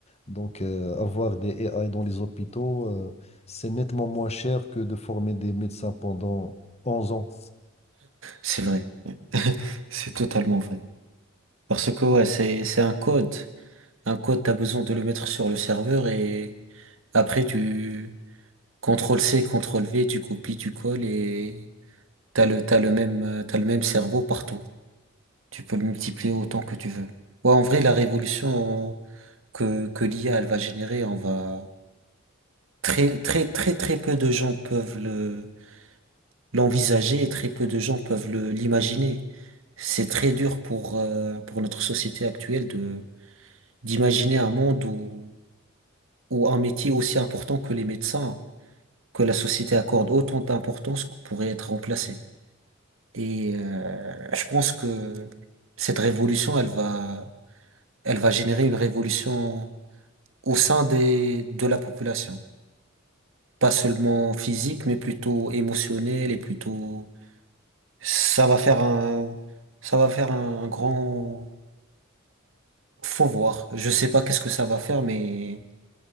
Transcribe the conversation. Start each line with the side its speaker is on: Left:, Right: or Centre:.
Left: donc, euh, avoir des AI dans les hôpitaux, euh, c'est nettement moins cher que de former des médecins pendant 11 ans.
Right: c'est vrai. <laughs> C'est totalement vrai. Parce que, ouais, c'est, c'est un code. Un code, t'as besoin de le mettre sur le serveur et après, tu, CTRL-C, CTRL-V, tu copies, tu colles et t'as le, t'as le même, euh, t'as le même cerveau partout. Tu peux le multiplier autant que tu veux. Ouais, en vrai, la révolution que, que l'IA, elle va générer, on va, très, très, très, très peu de gens peuvent le, l'envisager et très peu de gens peuvent le, l'imaginer. C'est très dur pour, euh, pour notre société actuelle de, d'imaginer un monde où, où un métier aussi important que les médecins, que la société accorde autant d'importance pourrait être remplacé. Et euh, je pense que cette révolution, elle va, elle va générer une révolution au sein des, de la population. Pas seulement physique, mais plutôt émotionnelle et plutôt, ça va faire un, ça va faire un, un grand, faut voir. Je sais pas qu'est-ce que ça va faire, mais